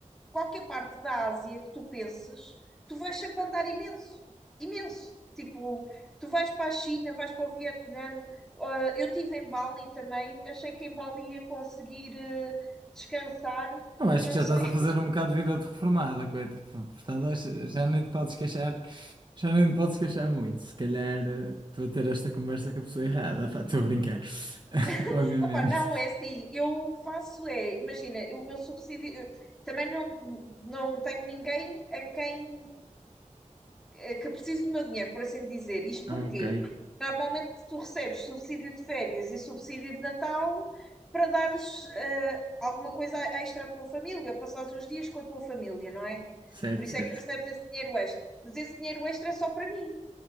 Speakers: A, in the centre; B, on the right.
A: qualquer parte da Ásia que tu penses, tu vais sempre andar imenso, imenso. Tipo, tu vais para a China, vais para o Vietnã. ah, eu estive em Bali também, achei que em Bali ia conseguir eh, descansar.
B: Não, acho
A: Não
B: que já
A: sei.
B: estás a fazer um bocado de vida de reformada, coita. Portanto, acho- já nem te podes queixar, já nem te podes queixar muito. Se calhar eh, estou a ter esta conversa com a pessoa errada, pá, estou a brincar. <laughs>
A: <laughs>
B: Obviamente.
A: Epá, não, é assim, eu faço é, imagina, o meu subsídio, eu também não, não tenho ninguém a quem eh, que preciso do meu dinheiro, por assim dizer. Isto porquê?
B: Ok,
A: Normalmente tu recebes subsídio de férias e subsídio de Natal para dares eh, alguma coisa extra à tua família, ou passares uns dias com a tua família, não é?
B: certo,
A: Por isso
B: certo.
A: é que recebes esse dinheiro extra. Mas esse dinheiro extra é só para mim.